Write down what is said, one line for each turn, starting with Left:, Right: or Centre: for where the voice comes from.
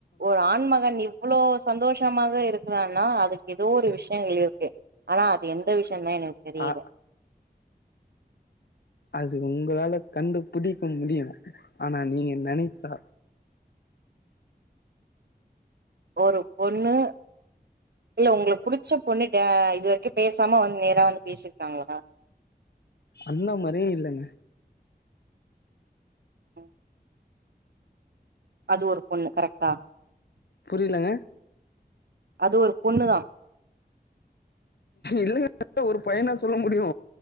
Right: ஒரு ஆண்மகன் இவ்வளோ சந்தோஷமாக இருக்கிறான்னா அதுக்கு ஏதோ ஒரு விஷ்யங்கள் இருக்கு ஆனா அது எந்த விஷியந்தா எனக்கு தெரியல
Left: அ அது உங்களால கண்டுபிடிக்க முடியு ஆனா நீங்க நனைத்தா
Right: ஒரு பொண்ணு இல்ல உங்களு புடிச்ச பொண்ணுட்ட இது வரைக்கு பேசாம வந் நேரா வந்து பேசிருக்காங்களா
Left: அந்த மாரியே இல்லங்க
Right: ம் அது ஒரு பொண்ணு கரெக்டா
Left: புரியலங்க
Right: அது ஒரு பொண்ணு தா
Left: இல்லங்க ஒரு பையனா சொல்ல முடியு